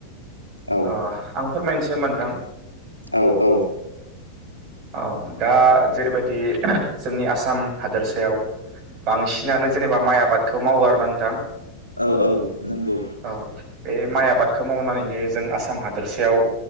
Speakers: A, on the left (about 80°); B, on the right (about 40°).
A: औ
B: अ' आं फोरमायनोसै होनबा नोंथां।
A: औ औ।
B: औ दा जेरैबायदि जोंनि आसाम हादोरसायाव बांसिनानो जेनेबा माइ आबादखौ मावो आरो ना नोंथां।
A: औ औ नंगौ।
B: औ। बे माइ आबादखौ मावनानैनो जों आसाम हादोरसायाव